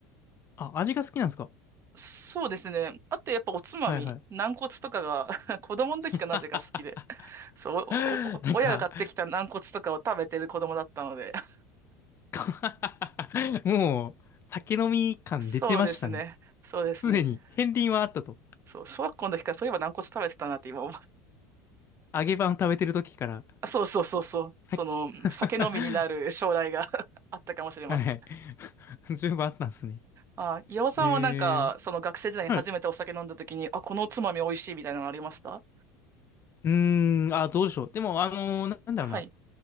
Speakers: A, on the left; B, on the right.
A: あ、味が好きなんですか
B: そうですね。あとやっぱおつまみ、
A: はいはい。
B: 軟骨とかが <laughs> 子供の時かなぜか好きで、
A: <laughs>
B: そう、
A: なんか
B: おお親が買ってきた軟骨とかを食べてる子供だったので、<laughs>
A: <laughs> もう、酒飲み感出てましたね。
B: そうですね。そうですね。
A: すでに、片鱗はあったと。
B: そう、小学校の時からそういえば軟骨食べてたなって今思
A: 揚げパン食べてる時から。
B: そうそうそうそう。
A: はい。
B: その、
A: <laughs>
B: 酒飲みになる将来が <laughs> あったかもしれません。
A: はいはい。<laughs> 十分あったんですね。
B: あ、岩尾さんはなんか、
A: えー、
B: その学生時代に初めてお酒飲んだ時に、
A: はい。
B: あ、このおつまみ美味しいみたいなのありました
A: うーん、あ、どうでしょう。でも、あのーななんだろうな。
B: はい。